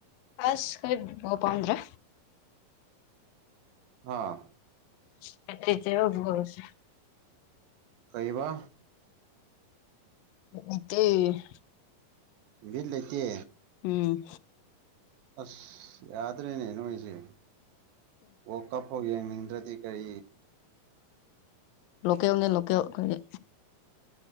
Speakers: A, on the left; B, on the right.
A: ꯑꯁ ꯀꯣꯏ ꯕꯣꯜ ꯄꯥꯝꯗ꯭ꯔꯦ
B: ꯑꯥ
A: <unintelligible>
B: ꯀꯩꯕ
A: ꯕꯤꯠ ꯂꯩꯇꯦ
B: ꯚꯤꯠ ꯂꯩꯇꯦ
A: ꯎꯝ
B: ꯑꯁ ꯌꯥꯗ꯭ꯔꯦꯅꯦ ꯅꯣꯏꯁꯦ ꯑꯣ ꯀꯞ ꯍꯣ ꯌꯦꯡꯅꯤꯡꯗ꯭ꯔꯗꯤ ꯀꯔꯤ
A: ꯂꯣꯀꯦꯜꯅꯦ ꯂꯣꯀꯦꯜ ꯈꯣꯢꯗꯤ